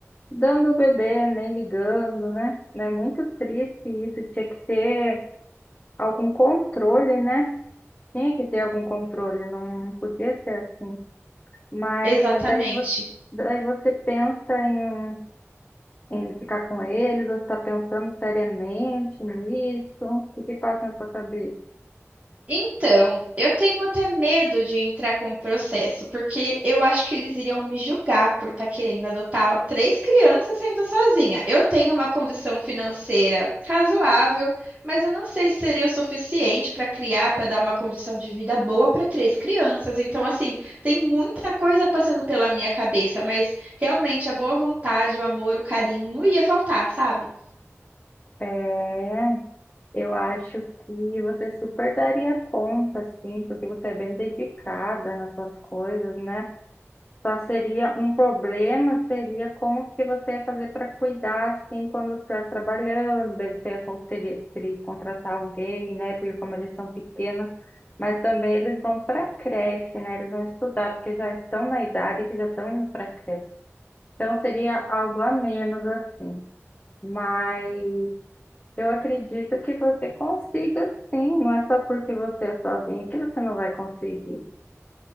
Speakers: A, on the left; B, on the right.
A: dando o bebê, nem ligando, né? É muito triste isso, tinha que ter algum controle, né? Tinha que ter algum controle, não podia ser assim. Mas
B: exatamente.
A: daí você, daí você pensa em, em ficar com eles, você está pensando seriamente nisso, o que que passa na sua cabeça?
B: Então, eu tenho até medo de entrar com o processo, porque eu acho que eles iriam me julgar por estar querendo adotar três crianças sendo sozinha. Eu tenho uma condição financeira razoável, mas eu não sei se seria o suficiente para criar, para dar uma condição de vida boa para três crianças. Então, assim, tem muita coisa passando pela minha cabeça, mas realmente a boa vontade, o amor, o carinho não ia faltar, sabe?
A: É, Eu acho que você super daria conta, assim, porque você é bem dedicada nas suas coisas, né? Só seria um problema, seria como que você ia fazer para cuidar, assim, quando você estiver trabalhando, daí você ia con- teria, teria que contratar alguém, né? Porque como eles são pequenos, mas também eles vão para creche, né? Eles vão estudar, porque já estão na idade que já estão indo para creche. Então seria algo a menos, assim. Mas eu acredito que você consiga, sim. Não é só porque você é sozinha que você não vai conseguir.